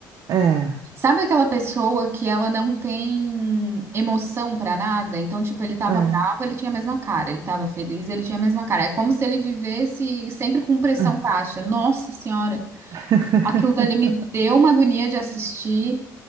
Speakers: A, on the right (about 60°); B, on the right (about 35°).
A: É,
B: Sabe aquela pessoa que ela não tem emoção pra nada? Então, tipo, ele tava
A: é,
B: bravo, ele tinha a mesma cara. Ele tava feliz, ele tinha a mesma cara. É como se ele vivesse sempre com pressão
A: é.
B: baixa. Nossa senhora,
A: <laughs>
B: aquilo dali me deu uma agonia de assistir.